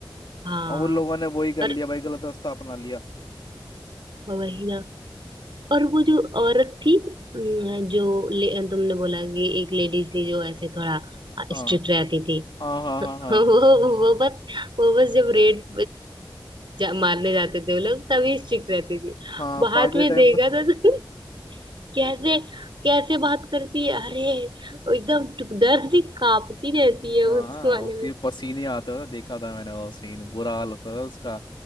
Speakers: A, on the right; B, on the left.
A: हाँ
B: और वो लोगों ने वही कर
A: पर
B: लिया भाई गलत रास्ता अपना लिया
A: वही ना और वो जो औरत थी अम, जो ले, तुमने बोला कि एक लेडी थी जो ऐसे थोड़ा हाँ,
B: हाँ
A: स्ट्रिक्ट रहती थी
B: हाँ हाँ
A: <laughs>
B: हाँ
A: वो
B: हाँ
A: वो बस वो बस जब रेड जा, मारने जाते थे वो लोग तभी
B: हम्म,
A: स्ट्रिक्ट रहती थी
B: हाँ
A: बाद
B: बाकी
A: में
B: टाइम
A: देखा
B: तो <laughs>
A: था तो <laughs> कैसे कैसे बात करती है अरे वो एकदम टुक- डर से कांपती
B: हम्म।
A: रहती है उस
B: हाँ
A: वाले
B: होती
A: में
B: है, पसीने आते थे देखा था मैंने वो सीन बुरा हाल होता था उसका